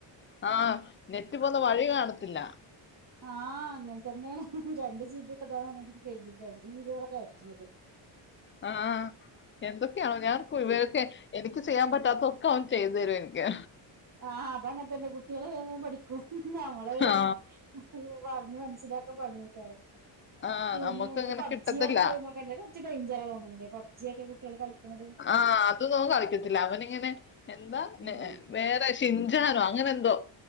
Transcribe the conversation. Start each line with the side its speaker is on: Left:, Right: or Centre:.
Left: ആഹ് നെറ്റ് പോന്ന വഴി കാണത്തില്ല
Right: ആഹ് അങ്ങനെ തന്നെ ആണ് രണ്ട് ജീ ഇപ്പതാ <unintelligible> രണ്ട് ജീബിയാ വ്ടെ ക്കേറ്റ്ണത്
Left: ആഹ് എന്തൊക്കെയാണോ ഞാൻ <unintelligible> എനിക്ക് ചെയ്യാൻ പറ്റാത്തൊക്കെ അവൻ ചെയ്തു തരു എനിക്ക്
Right: ആഹ് അതങ്ങനത്തന്നെ കുട്ടിള് വേംവേം പഠിക്കും നമ്മള്
Left: ആ
Right: വ്ന്നെ <unintelligible> പറഞ്ഞ് മനസ്സിലാക്കാൻ പണിയേക്കാരം
Left: ആ
Right: പിന്നെ
Left: നമുക്ക്
Right: ത്
Left: അങ്ങനെ
Right: പബ്ജി
Left: കിട്ടത്തില്ല
Right: അറഞ്ഞ ഗെയിമൊക്കെ അല്ലേ ത് കൊറച്ച് ഡേയിഞ്ചറാ തോന്ന്ണ്ല്ലേ പബ്ജിയൊക്കെ കുട്ടിആൾ കളിക്കിണത്
Left: ആഹ് അതൊന്നും ഓൻ കളിക്കത്തില്ല അവനിങ്ങനെ എന്താ
Right: ഉം
Left: നെഎ വേറെ ഷിൻജാനോ അങ്ങനെ എന്തോ